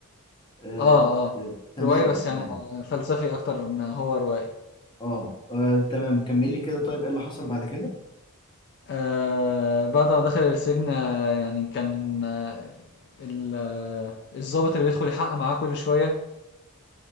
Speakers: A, on the left; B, on the left.
A: آه،
B: آه،
A: آه،
B: آه،
A: آه، تمام
B: رواية بس
A: تمام
B: يعني فلسفي أكتر ما هو رواية
A: اه آه، تمام كمل لي كده طيب ايه اللي حصل بعد كده
B: آه بعد ما دخل السجن آه، يعني كان آه، ال- آه، الضابط اللي بيدخل يحقق معاه كل شوية